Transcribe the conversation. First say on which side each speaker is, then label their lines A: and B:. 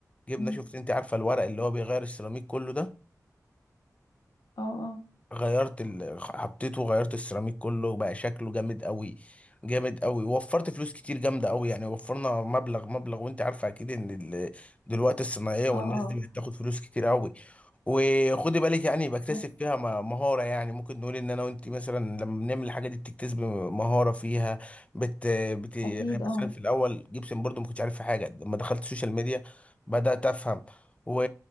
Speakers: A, on the left (about 20°); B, on the left (about 80°).
A: جبنا
B: مم.
A: شفت انت عارفه الورق اللي هو بيغير السيراميك كله ده
B: اه اه
A: غيرت ال... حطيته وغيرت السيراميك كله وبقى شكله جامد قوي جامد قوي وفرت فلوس كتير جامده قوي يعني وفرنا مبلغ مبلغ وانت عارفه اكيد ان ال... دلوقتي الصناعيه والناس
B: اه
A: دي بتاخد فلوس كتير قوي وخدي بالك يعني بكتسب
B: اه
A: فيها م- مهارة يعني ممكن نقول ان انا وانت مثلا لما بنعمل الحاجة دي بتكتسب مهارة فيها بت, بت... يعني
B: اكيد اه
A: مثلا في الاول جيبسن برضو ما كنتش عارف في حاجة لما دخلت السوشيال ميديا بدأت افهم و...